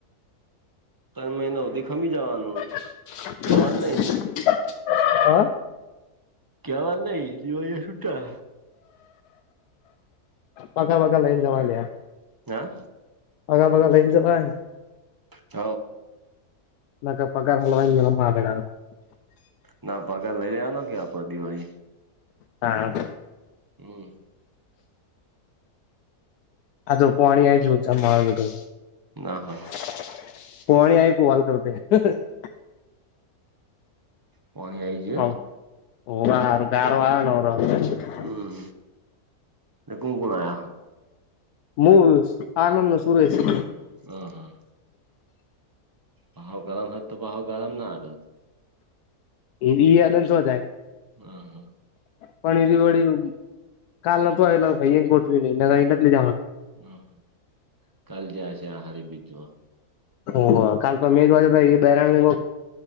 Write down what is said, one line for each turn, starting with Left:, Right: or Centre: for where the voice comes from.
Right: તયણ મહિના હુધી ખમી જવાનું
Left: <inaudible>
Right: કેવાનું નઈ ને
Left: હા
Right: કેવાન નઈ દિવાળ છૂટા
Left: પગાર બગાર લઈન જવા લ્યા
Right: હા
Left: પગા બગાર લઈન જવા
Right: હ
Left: <unintelligible>
Right: ના પગાર લઈ લેવાનો કે આપડ દિવાળી
Left: હા
Right: હમ
Left: આ તો પાણી આ જ ઉલતા મહગટો
Right: ના હોય
Left: <unintelligible>
Right: પોણી આઈ ગયું
Left: <unintelligible>
Right: હમ એ કોણ કોણ આયા હ
Left: મવ આનંદ ન સુરે છે
Right: હ હા ભાવ ગરમ હોત તો ભાવ ગરમ ના આડત
Left: એ અલન શોધાય
Right: હા હા
Left: પણ ર વળ કાલ ન તોું આયલા ભાઈ એને ગોઠવી નહી નગઈ નકલી જવા
Right: હમ કાલ જશે આહારી બીજમાં
Left: ઓહ કલ્પ મેઘ વાજ બહેરાંગંગ